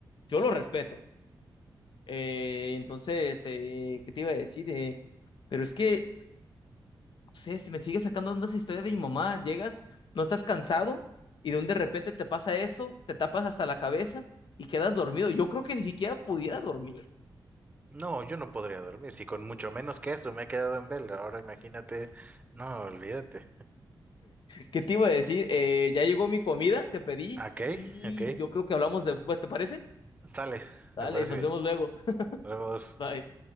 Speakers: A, on the left; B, on the right.
A: yo lo respeto. Eh, entonces, eh, ¿qué te iba a decir? Eh, pero es que sé, si me sigue sacando onda esa historia de mi mamá, llegas, no estás cansado y de un de repente te pasa eso, te tapas hasta la cabeza y quedas dormido. Yo creo que ni siquiera pudiera dormir.
B: No, yo no podría dormir, si con mucho menos que eso me he quedado en vela, ahora imagínate, no, olvídate.
A: ¿Qué te iba a decir? Eh, ya llegó mi comida que pedí
B: Ok,
A: y
B: ok,
A: yo creo que hablamos después, ¿te parece?
B: sale,
A: Dale,
B: me parece
A: nos
B: bien.
A: vemos luego. <laughs>
B: Nos vemos.
A: Bye.